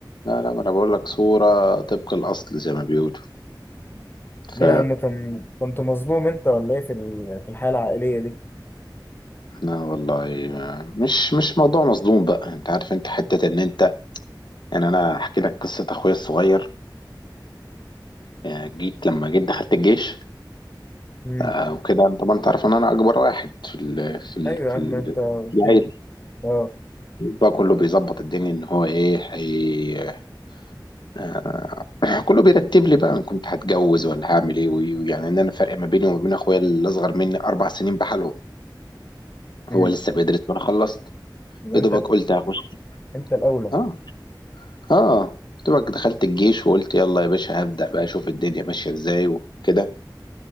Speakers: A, on the left; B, on the left.
A: لا لا ما انا بقول لك صورة طبق الاصل زي ما بيقولوا
B: ليه
A: ف
B: يا عم كان كنت مظلوم انت ولا ايه في ال- في الحياة العائلية دي
A: لا والله آه، مش مش موضوع مصدوم بقى انت عارف انت حتة ان انت يعني انا احكي لك قصة اخويا الصغير آه، جيت لما جيت دخلت الجيش
B: امم
A: آه، وكده طبعا انت عارف ان انا اكبر واحد في ال في ال
B: ايوه يا
A: في
B: عم
A: ال
B: انت قلت
A: في العيله
B: لي اه
A: بقى كله بيظبط الدنيا ان هو ايه هي آه، <clears throat> كله بيرتب لي بقى انا كنت هتجوز ولا هعمل ايه وإيه، ويعني ان انا فرق ما بيني وما بين اخويا اللي اصغر مني اربع سنين بحالهم
B: امم
A: هو لسه بيدرس وانا خلصت
B: يبقى
A: يا
B: انت
A: دوبك
B: ال-
A: قلت هخش
B: انت الاولى
A: اه اه دوبك دخلت الجيش وقلت يلا يا باشا هبدأ بقى اشوف الدنيا ماشيه ازاي وكده